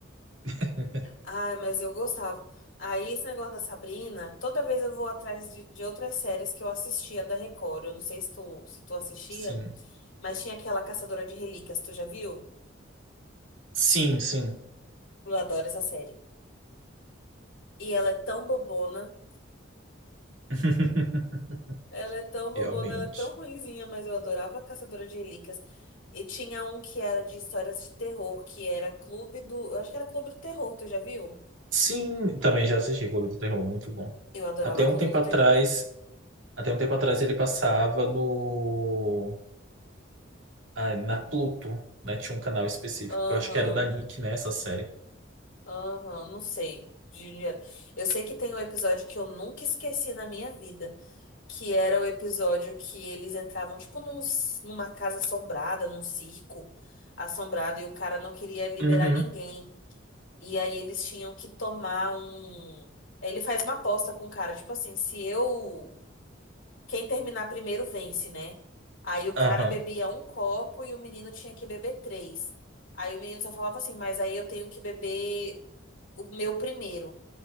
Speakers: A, on the right (about 75°); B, on the left (about 75°).
A: <laughs>
B: Ai, mas eu gostava. Aí, esse negócio da Sabrina, toda vez eu vou atrás de, de outras séries que eu assistia da Record. Eu não sei se tu, se tu assistia,
A: sim.
B: mas tinha aquela Caçadora de Relíquias, tu já viu?
A: Sim, sim.
B: Eu adoro essa série. E ela é tão bobona,
A: <laughs>
B: ela é tão bobona,
A: Realmente.
B: ela é tão ruinzinha, mas eu adorava a Caçadora de Relíquias. E tinha um que era de histórias de terror, que era Clube do. Eu acho que era Clube do Terror, tu já viu?
A: Sim, também já assisti Clube do Terror, muito bom.
B: Eu adorava
A: Até
B: Clube
A: um tempo
B: do
A: atrás,
B: Terror.
A: até um tempo atrás ele passava no, ai, na Pluto, né? Tinha um canal específico,
B: Aham,
A: eu acho que era da Nick, né, essa série.
B: aham, não sei. de Juliana. Eu sei que tem um episódio que eu nunca esqueci na minha vida, que era o episódio que eles entravam, tipo, num, c- numa casa assombrada, num circo assombrado, e o cara não queria liberar
A: Uhum,
B: ninguém. E aí eles tinham que tomar um. Aí Ele faz uma aposta com o cara, tipo assim, se eu. Quem terminar primeiro vence, né? Aí o
A: aham,
B: cara bebia um copo e o menino tinha que beber três. Aí o menino só falava assim, mas aí eu tenho que beber. o meu primeiro.